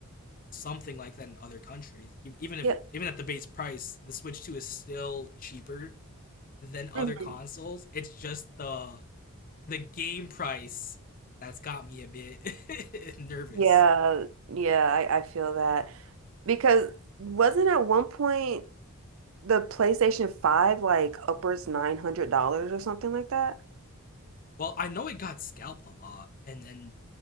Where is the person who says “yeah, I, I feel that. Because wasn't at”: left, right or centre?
Right